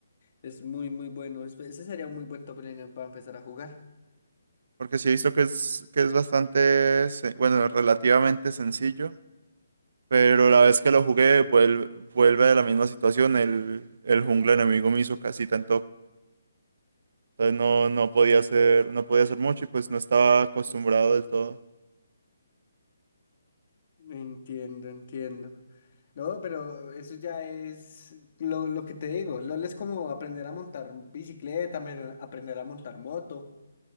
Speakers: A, on the left; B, on the right.
A: Es muy, muy bueno. Es- Ese sería un muy buen top laner para empezar a jugar.
B: Porque sí he visto que es, que es bastante, se- bueno, relativamente sencillo Pero la vez que lo jugué, vuel- vuelve a la misma situación. El, el jungla enemigo me hizo casi tanto. Entonces no, no podía hacer, no podía hacer mucho y pues no estaba acostumbrado del todo.
A: Entiendo, entiendo. No, pero eso ya es lo, lo que te digo. LOL es como aprender a montar bicicleta, apre- aprender a montar moto.